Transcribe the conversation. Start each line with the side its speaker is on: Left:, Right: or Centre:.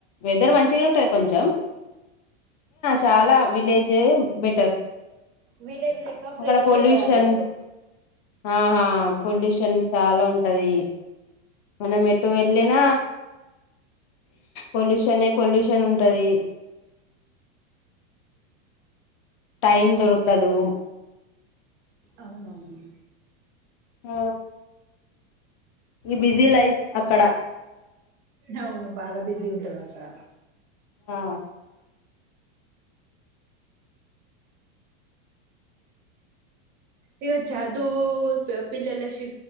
Left: వెదర్ మంచిగా ఉంటది కొంచెం చాలా విలేజె బెటర్
Right: విలేజ్ లెక్క ఫ్రెష్
Left: అక్కడ పొల్యూషన్
Right: ఉండదు అన్నట్టు
Left: ఆహా పొల్యూషన్ చాలా ఉంటది మనం ఎటు వెళ్ళిన పొల్యూషనే పొల్యూషన్ ఉంటది టైం దొరకదు
Right: అవునవును
Left: ఆ ఈ బిజీ లైఫ్ అక్కడ
Right: అవును బాగా బిజీ ఉంటారు అక్కడ
Left: ఆ
Right: ఇక చదువు పీ పిల్లల షూ